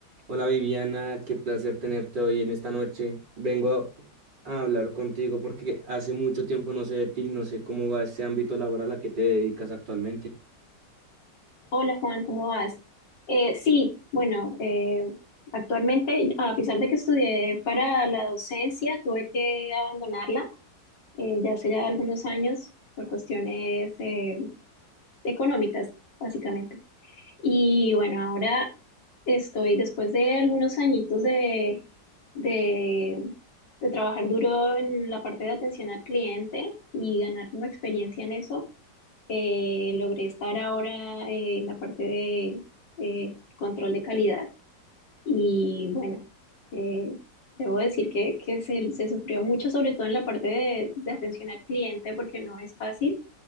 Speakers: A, on the right (about 80°); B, on the left (about 75°).
A: Hola Viviana, qué placer tenerte hoy en esta noche. Vengo a hablar contigo porque hace mucho tiempo no sé de ti, no sé cómo va ese ámbito laboral a que te dedicas actualmente.
B: Hola Juan, ¿cómo vas? Eh, sí, bueno, eh, actualmente, a pesar de que estudié para la docencia, tuve que abandonarla eh, ya hace ya algunos años por cuestiones eh, económicas, básicamente. Y bueno, ahora estoy, después de algunos añitos de, de, de trabajar duro en la parte de atención al cliente y ganar como experiencia en eso eh, logré estar ahora eh, en la parte de eh, control de calidad y bueno, eh, debo decir que, que se, se sufrió mucho, sobre todo en la parte de, de atención al cliente, porque no es fácil.